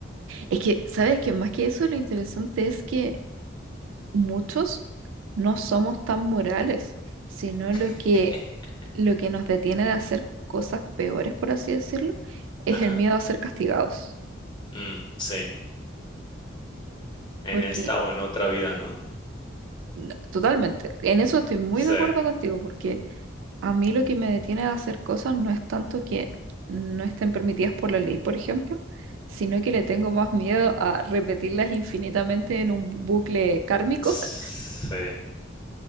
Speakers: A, on the right (about 80°); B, on the left (about 25°).
A: Es que, ¿sabes que Más que eso, lo interesante es que muchos no somos tan morales, sino lo
B: <laughs>
A: que, lo que nos detiene de hacer cosas peores, por así decirlo, es
B: Ajá,
A: el miedo a ser castigados.
B: mm, sí, en
A: Porque,
B: esta o en otra vida, ¿no?
A: no, totalmente, en eso estoy muy de
B: Sí,
A: acuerdo contigo, porque A mí lo que me detiene de hacer cosas no es tanto que no estén permitidas por la ley, por ejemplo, sino que le tengo más miedo a repetirlas infinitamente en un bucle kármico.
B: sí,
A: <laughs>